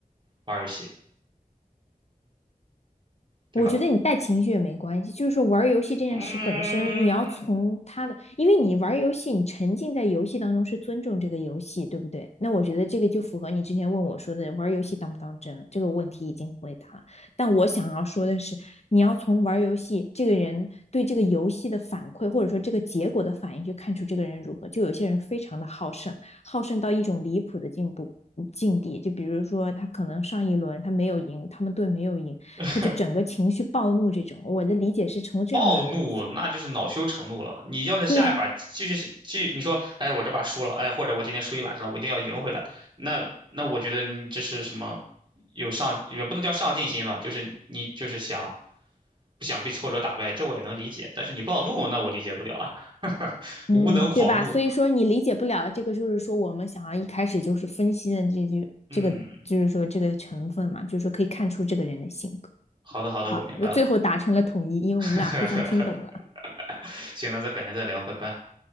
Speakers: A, on the right; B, on the left.
A: 玩儿游戏，对吧？
B: 我觉得你带情绪也没关系，就是说玩游戏这件事本身，
A: 嗯，
B: 你要从他的，因为你玩游戏，你沉浸在游戏当中是尊重这个游戏，对不对？那我觉得这个就符合你之前问我说的玩游戏当不当真这个问题已经回答了。但我想要说的是，你要从玩游戏这个人对这个游戏的反馈，或者说这个结果的反应去看出这个人如何。就有些人非常的好胜，好胜到一种离谱的进步嗯境地，就比如说他可能上一轮他没有赢，他们队没有赢。
A: <laughs>
B: 他就整个情绪暴怒这种。我的理解是从这样的，
A: 暴怒，那就是恼羞成怒了。你要是下一把继续继，
B: 对呀、啊
A: 你说，哎，我这把输了，哎，或者我今天输一晚上了，我一定要赢回来。那那我觉得你这是什么？有上也不能叫上进心吧，就是你就是想不想被挫折打败，这我也能理解。但是你暴怒，那我理解不了啊，<laughs>
B: 嗯，
A: 无能狂怒。
B: 对吧？所以说你理解不了这个，就是说我们想要一开始就是分析的这句这个，
A: 嗯，
B: 就是说这个成分嘛，就是说可以看出这个人的性格。
A: 好的好的，
B: 好，
A: 我明白了。
B: 那最后达成了统一，因为我们俩互相听懂了。
A: <laughs> 行，那再改天再聊，拜拜。